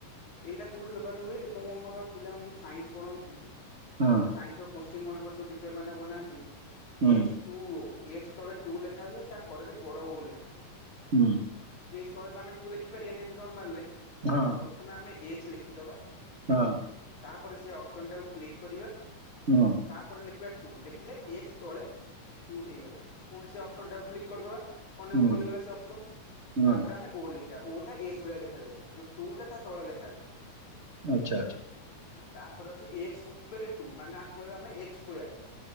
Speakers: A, on the left; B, on the right.
A: ଏଇଟା କେଉଁଠି ବ୍ୟବହାର ହୁଏ ଯେତେବେଳେ ଆମର ପିଲାମାନେ ସାଇନ୍ସ ପଢ଼ନ୍ତି।
B: ହଁ।
A: ସାଇନ୍ସ ର କୋଶ୍ଚିନ୍ ମାନଙ୍କର ଯୋଉ ଟିଚର ମାନେ ବନାନ୍ତି
B: ହୁଁ
A: ଏଚ ଟୁ ଓ। ଏଚ ତଳେ ଟୁ ଲେଖା ହୁଏ ତା କରରେ ବଡ ଓ ଲେଖା ହୁଏ।
B: ହୁଁ।
A: ଏଚ୍ ତଳେ ତ ଆମେ ଟୁ ଲେଖିପାରିବାନି ଏମତି ନର୍ମାଲ ରେ।
B: ହଁ।
A: ପ୍ରଥମେ ଆମେ ଏଚ୍ ଲେଖିଦେବା।
B: ହଁ।
A: ତାପରେ ସେ ଅପସନ୍ ଟାକୁ କ୍ଲିକ୍ କରିବା।
B: ହଁ।
A: ତାପରେ ଲେଖିବା ଟୁ ଲେଖିଲେ ଏଚ୍ ତଳେ ଟୁ ହେଇଗଲା ପୁଣି ସେ ଅପସନ୍ ଟାକୁ କ୍ଲିକ୍ କରିଦବା। ଅନଏବୁଲ
B: ହୁଁ
A: ହେଇଗଲା ସେ ଅପସନ
B: ହୁଁ
A: ତାପରେ ଆମେ ଓ ଲେଖି ଖିବା ଓ ଟା ଏଚ୍ ଭଳିଆ ଦେଖାଯାଉଥିବ କିନ୍ତୁ ଟୁ ଟା ତା ତଳେ ଲେଖାଯାଉଥିବ।
B: ଆଚ୍ଛା ଆଚ୍ଛା
A: ମାନେ ତାପରେ ଅଛି ଏକ୍ସ୍ ଉପରେ ଟୁ ମାନେ ଆକୁ କହିବା ଆମେ ଏକ୍ସ୍ ସ୍କୋୟାର୍।